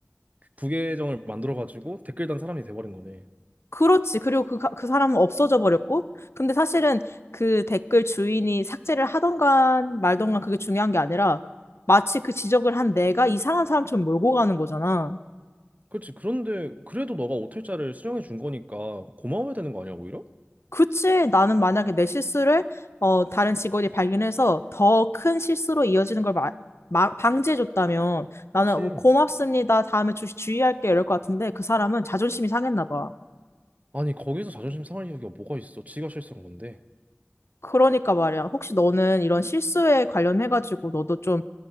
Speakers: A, on the right; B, on the left.
A: 부계정을 만들어가지고 댓글 단 사람이 돼버린 거네.
B: 그렇지. 그리고 그, 가- 그 사람은 없어져 버렸고. 근데 사실은 그 댓글 주인이 삭제를 하던간 말던간 그게 중요한 게 아니라 마치 그 지적을 한 내가 이상한 사람처럼 몰고 가는 거잖아.
A: 그렇지. 그런데 그래도 너가 오탈자를 수령해 준 거니까 고마워야 되는 거 아니야, 오히려?
B: 그치. 나는 만약에 내 실수를 어, 다른 직원이 발견해서 더 큰 실수로 이어지는 걸 마, 마, 방지해줬다면 나는
A: 그렇지.
B: 뭐 고맙습니다. 다음에 주, 주의할게. 이럴 것 같은데 그 사람은 자존심이 상했나 봐.
A: 아니 거기서 자존심 상할 이유가 뭐가 있어? 지가 실수한 건데.
B: 그러니까 말이야. 혹시 너는 이런 실수에 관련해가지고 너도 좀